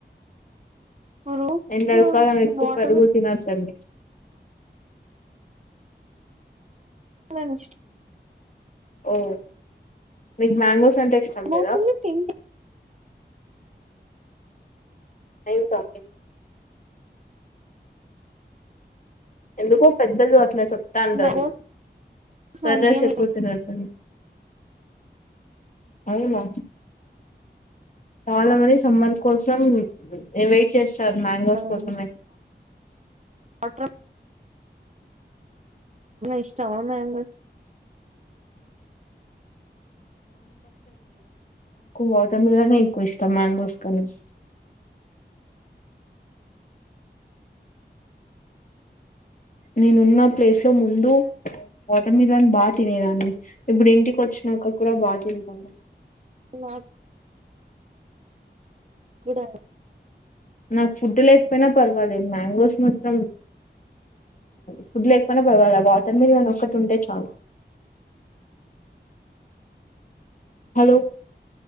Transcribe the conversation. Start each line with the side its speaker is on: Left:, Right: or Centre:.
Right: ఫ్రూట్స్
Left: ఎంద అ కాాలం ఎక్కువ
Right: వాటర్
Left: పెరుగు తిన తంలి
Right: మిలన్ ఇష్టం
Left: ఓ మీకు మ్యాంగోస్ మాంగ్రెస్ అంటే ఇష్టం
Right: ఏమవుతుంది
Left: కదా
Right: తింటే
Left: నైన్ కే ఎందుకో పెద్దలు అట్లా చెప్తా అంటారు
Right: మ్యాంగోస్
Left: సర్రస్
Right: అంతేం
Left: ఎక్కువ
Right: ఇష్టం
Left: తినదు అని అవునా చాలా మంది సుమ కోసం వెయిట్ చేస్తా సార్ మ్యాంగోస్
Right: ఉండదండి
Left: కోసమే
Right: వాటర్ ఇష్టం అన్నా ఎ
Left: వాటర్ మిలన్ ఎక్కువ ఇష్టం మ్యాంగోస్ కన్న నేనున్న ప్లేస్ లో ముందు ఓట మీద అని బాగా తినేదాన్ని ఇప్పుడు ఇంటికి వచ్చినాక కూడా బా తింటన్న
Right: నాకు కూడ
Left: నాకు ఫుడ్ లేకపోయినా పర్వాలే మ్యాంగోస్ మాత్రం ఫుడ్ లేకపోనా పవాలి వాటర్ మీల్ని ఒక్కటి ఉంటే చాలు హలో